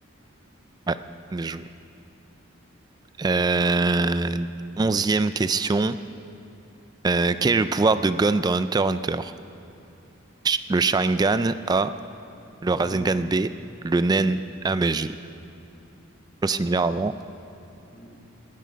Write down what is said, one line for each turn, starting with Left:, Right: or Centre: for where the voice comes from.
Right: Ouais, bien joué. Euh, Onzième question, Euh, quel est le pouvoir de Gon dans Hunter x Hunter? Sh- Le Sharingan A, le Rasengan
Left: Le nan.
Right: B, le Nen... Ah mais j'ai chose similaire avant.
Left: Hum,